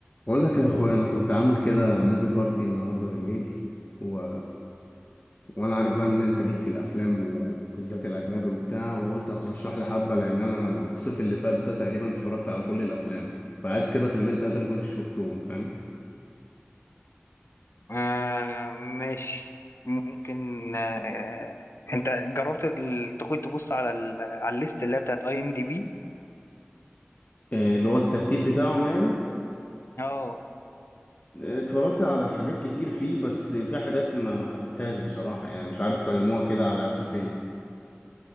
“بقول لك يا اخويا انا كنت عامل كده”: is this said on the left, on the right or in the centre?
Left